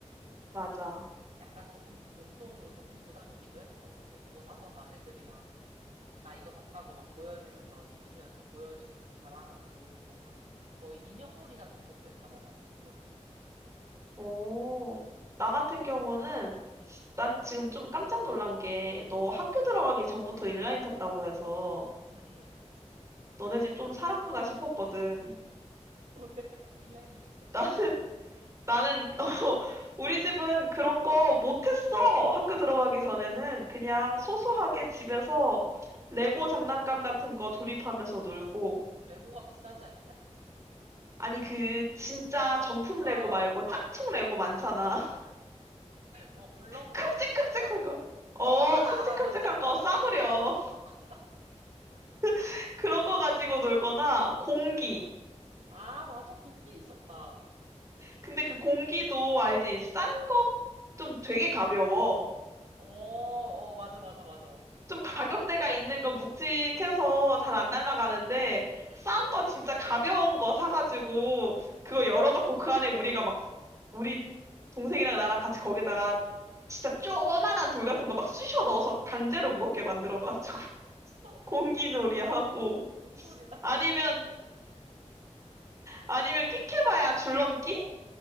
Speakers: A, on the right; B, on the right.
A: 맞아.
B: 약간 조금 용돈으로 조금 부담이기도 했어. 근데 그거 사서 막 애들이랑 나 이거 샀다고 막 보여주면서 입히면서 보여주고 자랑하고 놀고 막 거의 인형놀이 같은 것도 했던 것 같아, 그걸로.
A: 오, 나 같은
B: 응,
A: 경우는
B: 응,
A: 난 지금 좀 깜짝 놀란 게 너 학교
B: 응,
A: 들어가기 전부터 인라인 탔다고 해서
B: 응, 응.
A: 너네 집 좀 살았구나 싶었거든.
B: <laughs> 왜? 인라인이 비쌌나?
A: 나, 나는, <laughs> 어, 우리 집은 그런 거 못했어. 학교 들어가기 전에는 그냥 소소하게
B: 어,
A: 집에서
B: 어.
A: 레고 장난감 같은 거 조립하면서 놀고.
B: 레고가 비싸지 않냐?
A: 아니, 그, 진짜 정품
B: 아,
A: 레고 말고 짝퉁
B: 아,
A: 레고 많잖아. <laughs>
B: 어, 블럭놀이
A: 큼직큼직한
B: 장난감.
A: 거.
B: 어,
A: 어,
B: 알아,
A: 큼직큼직한
B: 알아, 뭔지 알아.
A: 거 싸구려.
B: <laughs>
A: <laughs> 그런 거 가지고 놀거나 공기.
B: 어, 어. 아, 맞아, 공기 있었다.
A: 근데 그 공기도 알지? 싼 거 좀 되게 가벼워.
B: 어, 어, 맞아, 맞아, 맞아.
A: 좀 가격대가 있는 건 묵직해서 잘 안 날아가는데 싼
B: 어,
A: 거 진짜 가벼운 거 사가지고 그거
B: 어.
A: 열어갖고 그 안에 우리가 막 우리 동생이랑 나랑 같이 거기다가 진짜 쪼만한 돌 같은 거 막 쑤셔 넣어서 강제로 무겁게 만들어가지고 <laughs>
B: 나도
A: 공기놀이
B: 갑자기
A: 하고
B: 눈, 눈물이 날라.
A: 아니면 아니면 끽해봐야 줄넘기?